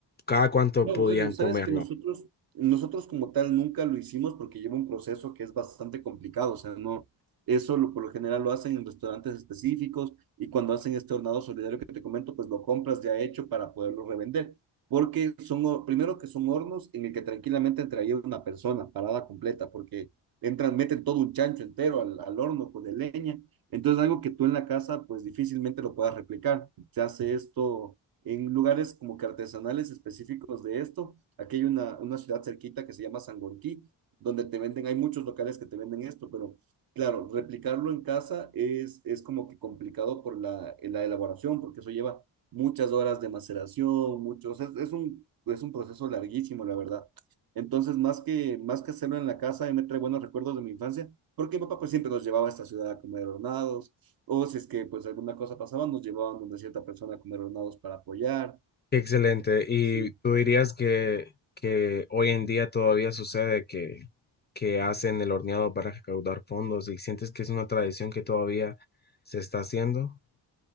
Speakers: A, on the left; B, on the right.
A: cada cuánto
B: No,
A: podían
B: bueno, sabes
A: comerla.
B: que nosotros, nosotros como tal nunca lo hicimos porque lleva un proceso que es bastante complicado, o sea, no, eso lo- por lo general lo hacen en restaurantes específicos y cuando hacen este hornado solidario que te comento, pues lo compras ya hecho para poderlo revender, porque son, hor- primero que son hornos en el que tranquilamente entraría una persona parada completa, porque entran, meten todo un chancho entero al, al horno con de leña, entonces algo que tú en la casa pues difícilmente lo puedas replicar, se hace esto en lugares como que artesanales específicos de esto. Aquí hay una, una ciudad cerquita que se llama Sangolquí, donde te venden, hay muchos locales que te venden esto, pero claro, replicarlo en casa es, es como que complicado por la, la elaboración, porque eso lleva muchas horas de maceración, muchos, es, es, un, es un proceso larguísimo, la verdad. Entonces, más que, más que hacerlo en la casa, me trae buenos recuerdos de mi infancia, porque mi papá pues, siempre nos llevaba a esta ciudad a comer hornados, o si es que pues alguna cosa pasaba, nos llevaban donde cierta persona a comer hornados para apoyar.
A: Qué excelente. ¿Y
B: Sí,
A: tú dirías que, que hoy en día todavía sucede que, que hacen el horneado para recaudar fondos y sientes que es una tradición que todavía se está haciendo?